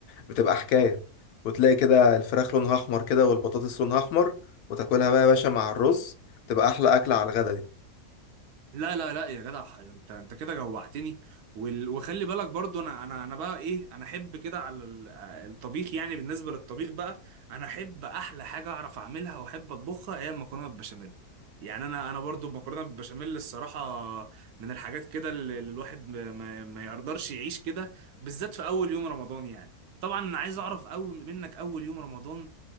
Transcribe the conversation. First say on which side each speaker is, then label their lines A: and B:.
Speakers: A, on the left (about 80°); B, on the right (about 85°).
A: بتبقى حكايه وتلاقي كده الفراخ لونها احمر كده والبطاطس لونها احمر وتاكلها بقى يا باشا مع الرز تبقى احلى اكله على الغدا دي
B: لا لا لا يا جدع ح- انت انت كده جوعتني وال- وخلي بالك برضو انا انا انا بقى ايه انا احب كده على ال- آه، الطبيخ يعني بالنسبه للطبيخ بقى انا احب احلى حاجه اعرف اعملها واحب اطبخها هي المكرونه بالبشاميل يعني انا انا برضو المكرونه بالبشاميل الصراحه من الحاجات كده اللي اللي الواحد ما, ما ما يقدرش يعيش كده بالذات في اول يوم رمضان يعني طبعا انا عايز اعرف اول منك اول يوم رمضان